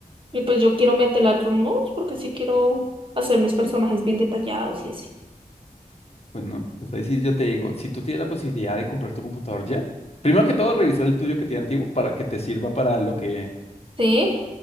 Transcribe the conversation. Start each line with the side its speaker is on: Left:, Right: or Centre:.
Right: Y pues yo quiero meterle otros mods porque sí quiero hacer mis personajes bien detallados y así.
Left: Pues no, pues ahí sí yo te digo, si tú tienes la posibilidad de comprar tu computador ya, primero que todo revisar el tuyo que tiene antiguo para que te sirva para lo que,
Right: Sí,